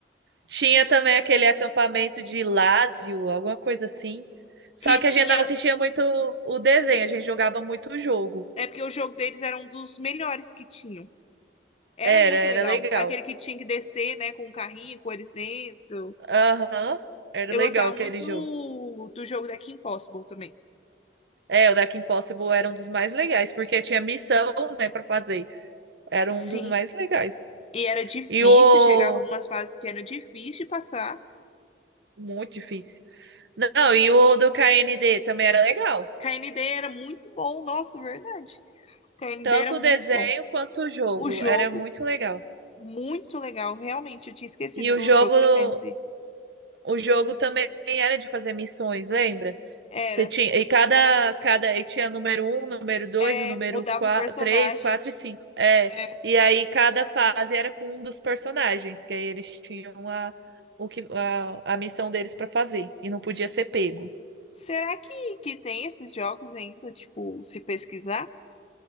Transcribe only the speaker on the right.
Tinha também aquele acampamento de Lázio, alguma coisa assim. Só
que a gente
não assistia muito o desenho, a gente jogava muito o jogo.
Era,
era legal.
Aham, era
legal
aquele
jogo.
É, o Deck Impossible era um dos mais legais, porque tinha missão, né, pra fazer. Era
um dos mais legais.
E o
Muito difícil. Não, e o do KND também era legal.
Tanto
o desenho
quanto o jogo.
Era muito legal.
E o
jogo,
o jogo também era de fazer missões, lembra?
Você tinha, e cada, cada, e tinha número um número dois
o número
4,
3, 4 e cinco É,
e aí cada fase era com um dos personagens, que aí eles tinham a, o que, a, a missão deles para fazer. E não podia ser pego.